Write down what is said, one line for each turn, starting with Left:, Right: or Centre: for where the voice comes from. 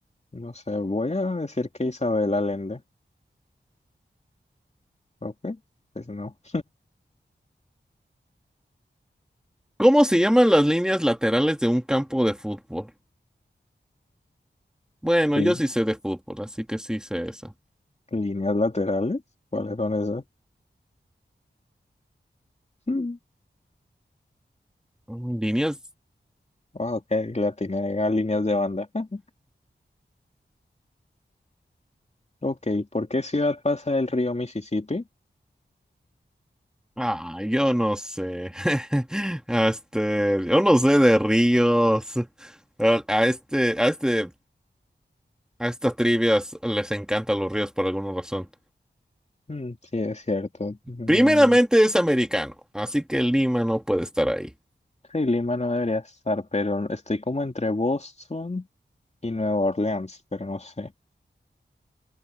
Left: no sé, voy a decir que Isabel Allende. Ok, pues no.
Centre: ¿Cómo se llaman las líneas laterales de un campo de fútbol? Bueno,
Left: Lí-
Centre: yo sí sé de fútbol, así que sí sé eso.
Left: Líneas laterales, ¿cuáles son esas? Mm,
Centre: Mm, Líneas.
Left: ah, ok, la tiene a líneas de banda. <laughs> Ok, ¿por qué ciudad pasa el río Mississippi?
Centre: Ah, yo no sé. <laughs> Este, yo no sé de ríos. A, a este, a este, a estas trivias les encantan los ríos por alguna razón.
Left: Mm, sí, es cierto. Mm,
Centre: Primeramente es americano, así que Lima no puede estar ahí.
Left: Sí, Lima no debería estar, pero estoy como entre Boston y Nueva Orleans, pero no sé.